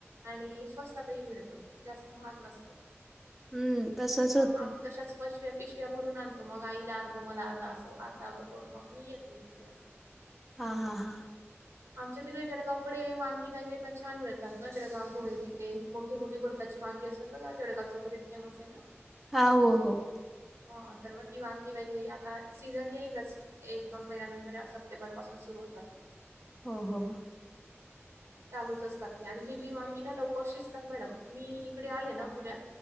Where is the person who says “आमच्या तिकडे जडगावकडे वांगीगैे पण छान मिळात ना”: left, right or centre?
Right